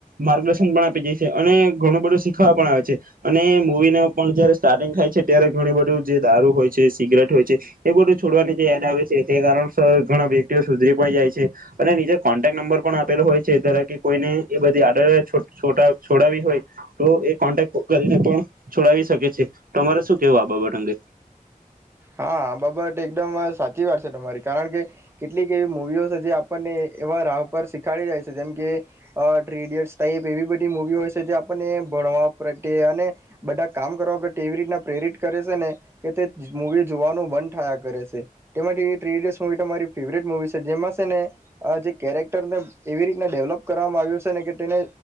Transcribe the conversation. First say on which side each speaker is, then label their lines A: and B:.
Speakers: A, on the right; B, on the right.
A: માર્ગદર્શન પણ આપી જાય છે અને ઘણું બધું શીખવા પણ આવે છે અને મૂવી ન પણ જયારે સ્ટાર્ટિંગ થાય છે ત્યારે ઘણ બધું જે દારૂ હોય છે સિગરેટ હોય છે એ બધું છોડવાની જે એડ આવે છે તે કારણસ ઘણા વ્યક્તિઓ સુધરી પણ જાય છે અને નીજે કોન્ટેક્ટ નંબર પણ આપેલો હોય છે ધરા કે કોઈને એ બધી આડર છો છોડાવી હોય તો એ કોન્ટેક્ટ કરીને પણ છોડાવી શકે છે તમારે શું કેવું આ બાબટ અંગે
B: હા બાબત એકદમ સાચી વાત છે તમારી કારણ કે કેટલીક એવી મુૂવીઓ છે જે આપણને એવા રાહ પર શીખાડી જાય છે જેમ કે અ ત્રી ઇડિયટ્ ટાઇપ એવી બધી મુવી હોય છે જે આપણને ભણવા પ્રત્ય બધા કામ કરવા માટે એવી રીતના પ્રેરિત કરે છે ને કે મુવી જોવાનું બંધ થયા કરે છે તેમાંથી. મારી ફેવરેટ મુવી છે જેમાં છે ને આ જે. કેરેક્ટરને એવી રીતના ડેવલપ કરવામાં આવ્યું છે ને કે તેને